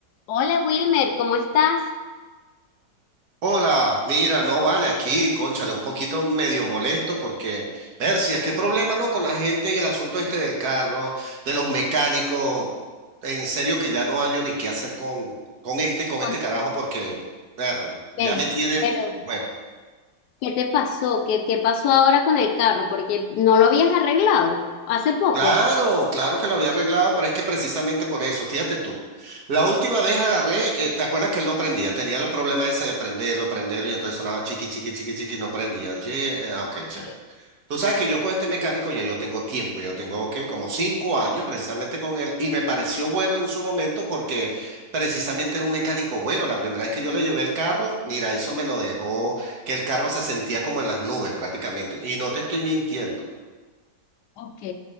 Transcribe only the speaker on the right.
Hola, mira, no vale aquí, cónchale, un poquito medio molesto porque, Persia, qué problema, ¿no? Con la gente y el asunto este del carro, de los mecánicos. En serio que ya no hallo ni qué hacer con, con este, con
este carajo porque, ver, ya
me tiene,
bueno.
Claro, claro que lo había arreglado, pero es que precisamente por eso, fíjate tú, la última vez agarré, eh, ¿te acuerdas que él no prendía? Tenía el problema ese de prenderlo, prenderlo y entonces sonaba chiqui, chiqui, chiqui, chiqui, y no prendía. Sí, eh, ah, ok,
chévere. Tú sabes que yo con este mecánico ya yo tengo tiempo, yo tengo ¿qué? como cinco años precisamente con él y me pareció bueno en su momento porque precisamente era un mecánico bueno. La primera vez que yo le llevé el carro, mira, eso me lo dejó, que el carro se sentía como en las nubes prácticamente y no te estoy mintiendo.